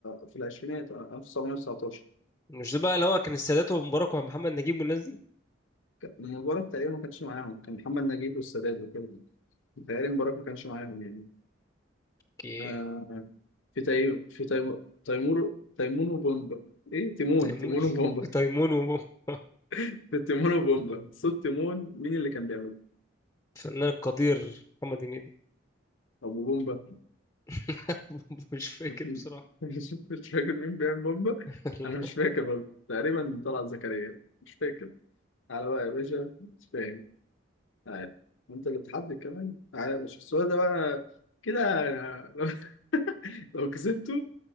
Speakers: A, on the left (about 80°); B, on the left (about 20°).
A: في العشرينات آه، 1919
B: مش ده بقى اللي هو كان السادات ومبارك ومحمد نجيب والناس دي
A: المباراة تقريبا ما كانش معاهم كان محمد نجيب والسادات وكده متهيألي المباراة ما كانش معاهم يعني
B: كي
A: آه في تي... في تي... تيمور تيمون وبومبا ايه تيمون
B: تيمون
A: تيمون
B: <laughs>
A: وبومبا
B: تيمون وفنان
A: <laughs> في تيمون وبومبا صوت تيمون مين اللي كان بيعمله؟
B: القدير محمد هنيدي
A: أبو بومبا
B: <laughs> مش فاكر
A: <laughs>
B: بصراحة
A: مش مش فاكر مين بيعمل بومبا
B: <laughs>
A: أنا مش فاكر برضه تقريبا طلعت زكريا مش فاكر على بقى يا باشا مش فاهم عارف انت اللي بتحدد كمان تعالى يا باشا السؤال ده بقى كده أنا لو <laughs> لو كسبته